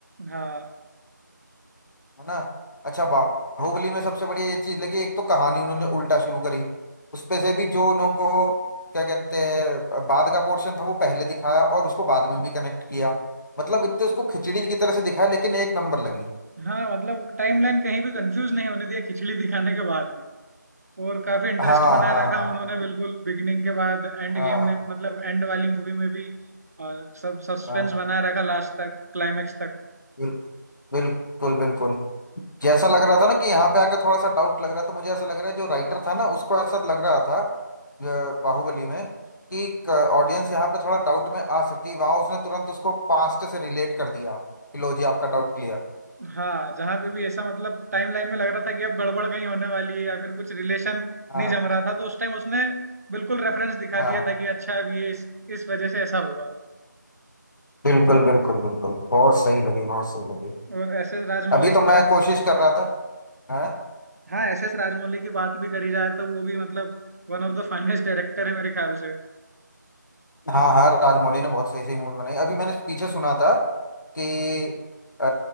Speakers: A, on the right (about 50°); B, on the left (about 75°).
A: हाँ
B: है ना अच्छा बाहुबली में सबसे बढ़िया ये चीज लगी एक तो कहानी उन्होंने उल्टा शुरू करी उसपे से भी जो उनको क्या कहते हैं बाद का पोर्शन था वो पहले दिखाया और उसको बाद में भी कनेक्ट किया मतलब इतने उसको खिचड़ी की तरह से दिखाया लेकिन एक नंबर लगी
A: हाँ मतलब टाइमलाइन कहीं भी कंफ्यूज नहीं होने दिया खिचड़ी दिखाने के बाद भी और काफी इंटरेस्ट
B: हाँ
A: बना
B: हाँ
A: रखा
B: हाँ
A: उन्होंने बिल्कुल बिगिनिंग के बाद एंड
B: हाँ
A: गेम में मतलब एंड वाली मूवी में भी अ, सब सस्पेंस
B: हाँ
A: बनाए रखा लास्ट तक क्लाइमेक्स तक
B: बिल्कुल बिल्कुल बिल्कुल जैसा लग रहा था ना कि यहाँ पे आकर थोड़ा सा डाउट लग रहा था मुझे ऐसा लग रहा है जो राइटर था ना उसको ऐसा लग रहा था अ, बाहुबली में कि ऑडियंस यहाँ पे थोड़ा डाउट में आ सकती है वहां उसने तुरंत उसको पास्ट से रिलेट कर दिया कि लो जी आपका डाउट क्लियर
A: हाँ जहाँ पे भी ऐसा मतलब टाइम लाइन में लग रहा था कि अब गड़बड़ कहीं होने वाली है या फिर कुछ रिलेशन
B: हाँ
A: नहीं जम रहा था तो उस टाइम उसने बिल्कुल रेफरेंस दिखा
B: हाँ
A: दिया था कि अच्छा अब ये इस, इस वजह से ऐसा हुआ है
B: बिल्कुल बिल्कुल बिल्कुल बहुत सही लगी बहुत सही लगी
A: और एस एस राजमौली
B: अभी तो
A: की
B: मैं
A: बात
B: कोशिश कर रहा था हाँ
A: हाँ एस एस राजमौली की बात भी करी जाए तो वो भी मतलब one of the finest director है मेरे ख्याल से
B: हाँ हाँ राजमौली ने बहुत सही सही मूवी बनाई अभी मैंने पीछे सुना था कि अ,